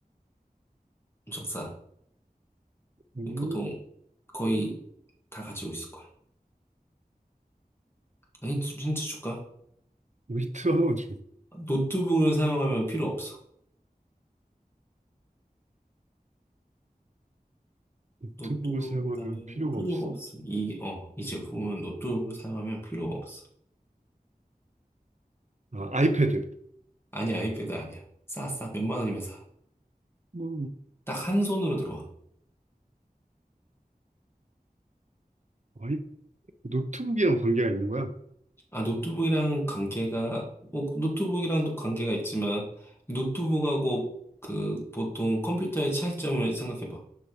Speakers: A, on the left; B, on the right.
A: 엄청 싸.
B: 음,
A: 보통 거의 다 가지고 있을 거야. 아, 힌트, 힌트 줄까?
B: 위트 하나만 줘.
A: 노트북을 사용하면 필요 없어.
B: 노트북을
A: 노트북을
B: 사용하면
A: 하면
B: 필요가
A: 필요가
B: 없어?
A: 없어. 이, 어, 이 제품은 노트북을 사용하면 필요가 없어.
B: 아, 아이패드.
A: 아니, 아이패드 아니야. 싸, 싸. 몇만 원이면 싸.
B: 뭐,
A: 딱 한 손으로 들어와.
B: 아이, 노트북이랑 관계가 있는 거야?
A: 아, 노트북이랑 관계가, 뭐, 노트북이랑도 관계가 있지만, 노트북하고 그 보통 컴퓨터의 차이점을 생각해봐.